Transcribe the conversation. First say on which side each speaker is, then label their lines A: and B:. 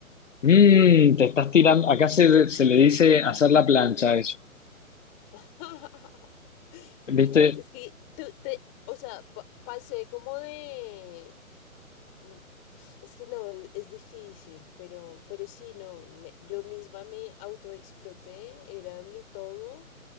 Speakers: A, on the left (about 60°); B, on the left (about 20°).
A: Mm, te estás tirando, acá se, se le dice hacer la plancha a eso.
B: <laughs> Sí,
A: ¿Viste
B: no, es que tú te, o sea, pa- pasé como de, mm, es que no, es, es difícil, pero, pero sí, no, me- yo misma me autoexploté, era mi todo